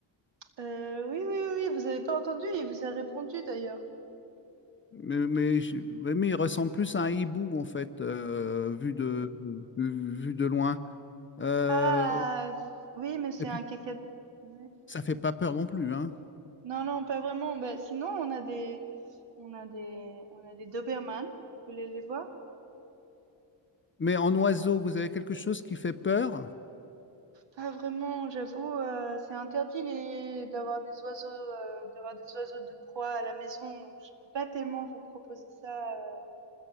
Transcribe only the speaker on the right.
Heu, oui, oui, oui, oui, vous avez pas entendu? Il vous a répondu d'ailleurs.
Ah! C oui, mais c'est
un kakat ouais.
Non, non, pas vraiment. Bah, sinon on a des on a des on a des Doberman. Vous voulez les voir?
Pas vraiment, j'avoue, heu, c'est interdit les d'avoir des oiseaux, heu, d'avoir des oiseaux de proie à la maison, donc je peux pas tellement vous proposer ça, heu